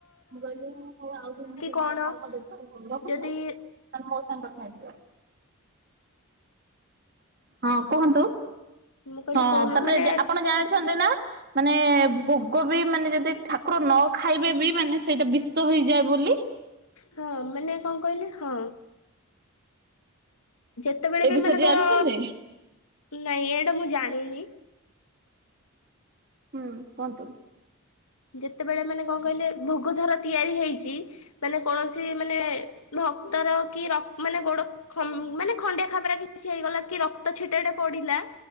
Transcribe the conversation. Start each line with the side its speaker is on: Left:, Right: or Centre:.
Right: ମୁ ଗଲେ ଆଉ ଖ ଦେ
Left: କଣ
Right: ଗଙ୍ଗା ପତ
Left: ଯଦି
Right: <unintelligible> ତାନ ମୋସଙ୍ଗ କରିଥା ହେ <unintelligible> ହଁ କୁହନ୍ତୁ,
Left: ମୁଁ କହିଲି
Right: ହଁ
Left: କଣ
Right: ତାପରେ
Left: ମାନେ
Right: ଆପଣ ଜାଣିଛନ୍ତି ନା? ମାନେ, ଭୋଗ ବି ମାନେ ଯଦି ଠାକୁର ନ ଖାଇବେ ବି ମାନେ ସେଇଟା ବିଷ ହେଇଯାଏ ବୋଲି।
Left: ହଁ, ମାନେ କଣ କହିଲେ -ହଁ ଯେତେବେଳେ
Right: ଏ
Left: ବି
Right: ବିଷୟରେ
Left: ମାନେ ଧର,
Right: ଜାଣିଛନ୍ତି
Left: ନାଇଁ ଏଇଟା ମୁଁ ଜାଣିନି
Right: ହୁଁ, କୁହନ୍ତୁ?
Left: ଯେତେବେଳେ ମାନେ କଣ କହିଲେ -ଭୋଗ ଧର ତିଆରି ହେଇଛି ମାନେ କୌଣସି ମାନେ, ଭକ୍ତର କି ର ମାନେ ଗୋଡ ମାନେ ଖଣ୍ଡିଆ ଖାବରା କିଛି ହେଇଗଲା କି ରକ୍ତ ଛିଟାଡେ ପଡିଲା,